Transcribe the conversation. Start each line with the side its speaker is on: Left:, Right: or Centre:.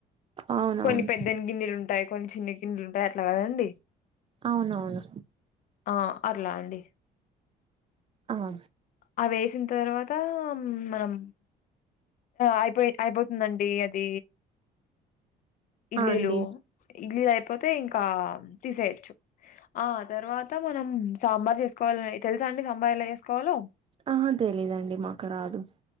Right: అవునవును
Left: కొన్ని పెద్దని గిన్నెలుంటాయి కొన్ని చిన్న గిన్నెలు ఉంటాయి అట్లా కదండి
Right: అవునవును
Left: ఆ అట్లా అండి
Right: ఆ
Left: అవేసిన్ తర్వాత మనం ఆ పోయ్ అయిపోతుందండి అది ఇడ్లీలు,
Right: ఆ అండి
Left: ఇడ్లీలు అయిపోతే ఇంకా తీసేయచ్చు. ఆ తర్వాత మనం సాంబార్ చేసుకోవాల, తెలుసా అండి సాంబార్ ఎలా చేసుకోవాలో?
Right: ఆ తెలీదండి మాకు రాదు